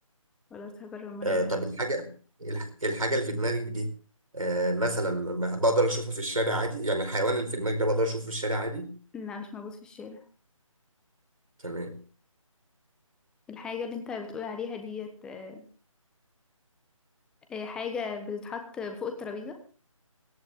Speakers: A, in the centre; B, on the right.
A: ولا هجرب المرة
B: آه،
A: الجاية
B: طب الحاجة الح- الحاجة اللي في دماغك دي آه، مثلا ما- بقدر اشوفها في الشارع عادي يعني الحيوان اللي في دماغك ده بقدر اشوفه في الشارع عادي
A: لا مش موجود في الشارع
B: تمام
A: الحاجة اللي انت بتقول عليها ديت آه، آه، حاجة بتتحط فوق الترابيزة